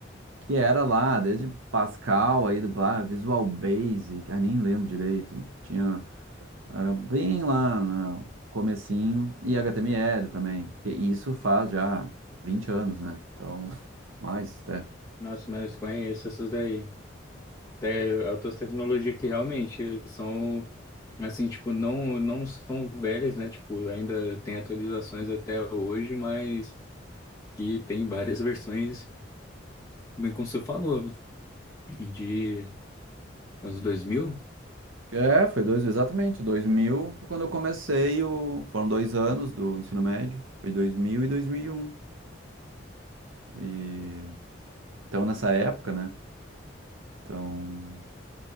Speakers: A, on the right; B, on the left.
A: que era lá, desde Pascal aí, lá, Visual Basic, ah, nem lembro direito, tinha era bem lá no comecinho. E HTML também, porque isso faz já 20 anos, né? Então, <laughs> mais até.
B: Nossa, mas conheço essas daí. Até outras tecnologias que realmente são, assim, tipo, não, não são velhas, né? Tipo, ainda tem atualizações até hoje, mas que tem <laughs> várias versões, bem como você falou, de anos dois mil,
A: É, foi dois, exatamente. 2000 foi quando eu comecei o... Foram dois anos do ensino médio. Foi 2000 e 2001. E... um. E Então, nessa época, né? Então...